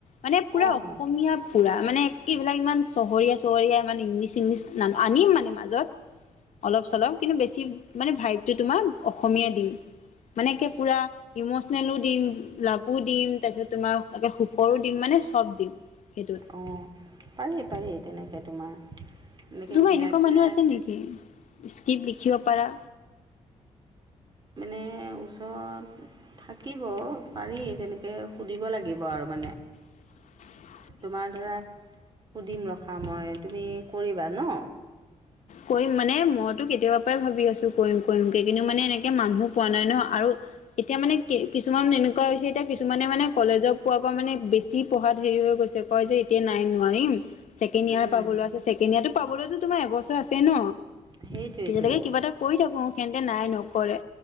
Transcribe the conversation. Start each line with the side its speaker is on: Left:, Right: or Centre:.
Left: মানে পুৰা
Right: অ',
Left: অসমীয়া পুৰা মানে একেবিলাক ইমান চহৰীয়া চহৰীয়া মানে ইংলিছ-ইংলিছ, নানো আনিম মানে মাজত অলপ চলপ কিন্তু বেছি, মানে ভাইটো তোমাৰ অসমীয়া দিম। মানেে পুৰা ইমচনেলো দিম, লাভো দিম তাৰপিছত তোমাকে সুখৰো দিম মানে চব দিম। সেইটো।
Right: অ, পাৰি-পাৰি তেনেকৈ তোমাৰ। এনেকে
Left: তোমাৰ
Right: মিলাই
Left: এনেকুৱা
Right: পেলাই
Left: মানুহ আছে নেকি স্ক্ৰিপট লিখিব পাৰা?
Right: মানে ওচৰত, থাকিব পাৰি তেনেকৈ সুধিব লাগিব আৰু মানে।
Left: <unintelligible>
Right: তোমাৰ ধৰা সুধিম ৰখা মই তুমি কৰিবা ন।
Left: কৰিম মানে মইতো কেতিয়াবা পৰাই ভাবি আছো কৰিম-কৰিম কিন্তু মানে এনেকে মানুহ পোৱা নাই ন আৰু। এতিয়া মানে কি কিছুমান এনেকুৱা হৈছে এতিয়া কিছুমানে মানে কলেজক পোৱাৰ পৰা মানে বেছি পঢ়াত হেৰি হৈ গৈছে। যে এতিয়া নাই নোৱাৰিম ছেকেণ্ড ইয়াৰৰ
Right: উম,
Left: পাবলৈ আছে ছেকেণ্ড ইয়াৰ টো পাবলৈতো তোমাৰ এবছৰ আছে। ন
Right: সেইটোৱেইটো
Left: তেতিয়ালৈকে কিবা এটা কৰি থাকো সেহতে নাই নকৰে।